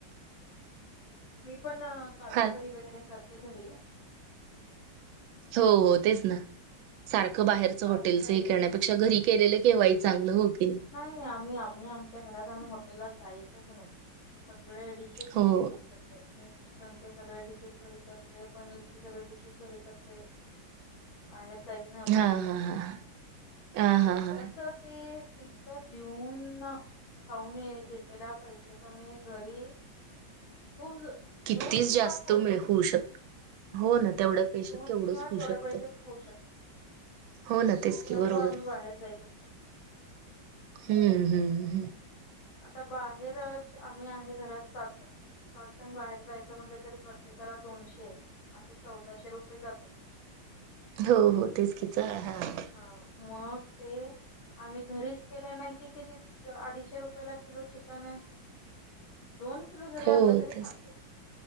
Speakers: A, on the left (about 80°); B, on the right (about 85°).
A: मी पण काजूकरी
B: हा
A: वगैरे करते घरी.
B: हो हो तेच ना सारखं बाहेरच
A: काजू
B: हॉटेलच
A: करी
B: हे करण्यापेक्षा घरी केलेले केव्हाही चांगलं हो की नाही.
A: नाही आम्ही आम्ही आमच्या घरात आम्ही हॉटेलला जायचच नाही. सगळ्या डिशेस आम्ही
B: हो
A: खरीद करते मी चिकनच्या सगळ्या डिशेस घरी करत ते पनीरची सगळी डिशेस घरी करते बाहेर जाय नाही मी
B: हा हा हा हा हा हा.
A: तसं ते तर देऊन खाऊन येतला पैसे तर मी घरी खूप
B: कितीच
A: दोन तीन
B: जास्त
A: वेळा खाऊ
B: मिळ
A: शकतो
B: होऊ शकत हो ना तेवढ्या पैशात
A: दोन
B: केवढंच
A: तीन वेळा
B: होऊ
A: तेवढ्या
B: शकतं.
A: पैशात होऊ शकत
B: हो ना तेच
A: त्याच्यामुळ
B: की बरोबर
A: आम्ही बाहेर जायचच नाही‌
B: हम्म हम् हम्म
A: आता बाहेरच आम्ही आहे घरात सात जण सात जण बाहेर जायचं म्हणलं तर प्रत्येकाला दोनशे आता चौदाशे रुपये जातात.
B: हो हो तेच कि <unintelligible>
A: हा मग ते आम्ही घरीच केले ना की किती अडीचशे रुप <unintelligible> किलो चिकन आहे. दोन किलो जरी आलं
B: हो
A: तरी चालतय.
B: तेच की.